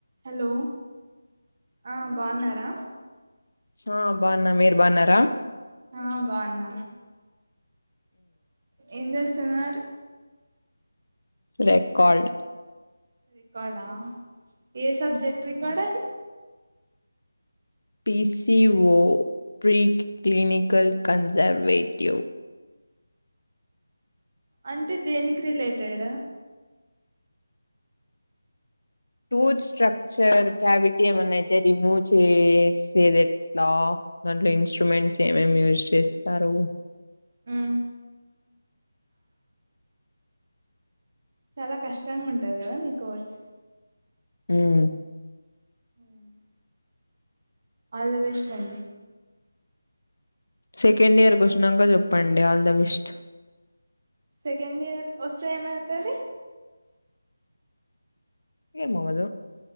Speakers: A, on the right; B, on the left.
A: Hello ఆ బాగున్నారా
B: ఆ బావున్న మీరు బాగున్నారా
A: ఆ బాగున్నాను ఏం చేస్తున్నారు
B: రెకార్డ్
A: రికార్డ్ ఆ ఏ సబ్జెక్ట్ రికార్డ్ అది
B: పీసి ఓ ప్రీ క్లినిికల్ కన్జర్వేటివ్
A: అంటే దేనికి రిలేటెడ్
B: టూత్ స్ట్రక్చర్ క్యావిటీ ఏమనైతే రిమూవ్ చేసేది ఎట్లా దాంట్లో ఇన్స్ట్రుమెంట్స్ ఏమేమి యూజ్ చేస్తారు
A: మ్ చాలా కష్టంగా ఉంటది కదా మీ కోర్స్
B: హుమ్
A: హుమ్ ఆల్ ద బెస్ట్ అండి
B: సెకండ్ ఇయర్ కూ వచ్చినంక చెప్పండి all the best
A: second year వస్తే ఏమైతది
B: ఏమవ్వదు